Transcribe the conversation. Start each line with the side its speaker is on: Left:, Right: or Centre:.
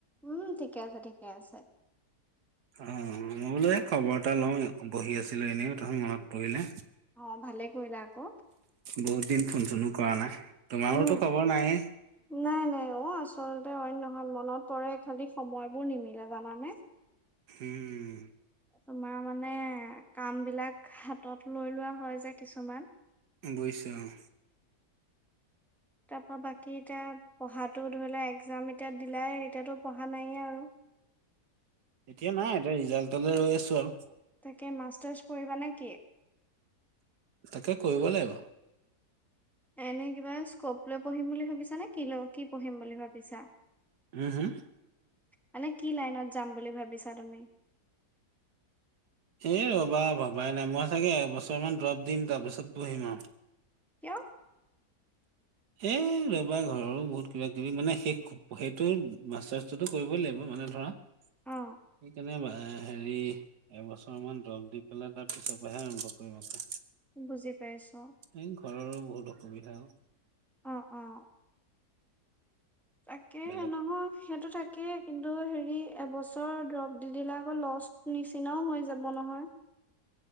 Centre: উম ঠিকে আছে, ঠিকে আছে।
Right: অহ', মই বোলো এই খবৰ এটা লওঁ, বহি আছিলো এনেই তথত মনত পৰিলে।
Centre: অ', ভালে কৰিলা আকৌ।
Right: বহুত দিন ফোন চোনো কৰা নাই, তোমাৰোতো
Centre: উম।
Right: খবৰ নাই এ।
Centre: নাই নাই, অ'। অ', আচলতে অইন নহয়, মনত পৰে খালি সময়বোৰ নিমিলে জানানে!
Right: উম।
Centre: তোমাৰ মানে, কাম বিলাক হাতত লৈ লোৱা হয় যে কিছুমান।
Right: বুজিছো অ'।
Centre: তাৰ পৰা বাকী এতিয়া, পঢ়াতো ধৰি লোৱা একজাম এতিয়া দিলাই এতিয়াতো পঢ়া নাই আৰু!
Right: এতিয়া নাই এতিয়া ৰিজাল্টলৈ ৰৈ আছো আৰু।
Centre: তাকে মাষ্টাৰ্চ কৰিবা নে কি?
Right: তাকে কৰিব লাগিব।
Centre: এনে কিবা স্কপ লৈ পঢ়িম বুলি ভাবিছা নে কি লৈ কি পঢ়িম বুলি ভাবিছা?
Right: উম, হুম!
Centre: মানে কি লাইনত যাম বুলি ভাবিছা তুমি?
Right: এ ৰবা ভবাই নাই মই চাগে এবছৰ মান ড্ৰপ দিম তাৰপিছত পঢ়িম আৰু।
Centre: কিয়?
Right: এ ৰবা ঘৰৰো বহুত কিবা কিবি মানে সেই সেইটো মষ্টাৰ্চ টো টো কৰিবই লাগিব মানে ধৰা সেইকাৰণে
Centre: অ
Right: বা হেৰি এবছৰ মান দ্ৰৱ দি পেলাই তাৰ পিছৰ পৰাহে আৰম্ভ কৰিম আকৌ।
Centre: বুজি পাইছো
Right: এই ঘৰৰো বহুত অসুবিধা
Centre: অ অ তাকে
Right: বেলেগ
Centre: হে নহয় সেইটো থাকেই কিন্তু হেৰি এবছৰ দ্ৰৱ দি দিলে আকৌ লষ্ট নিচিনাও হৈ যাব নহয়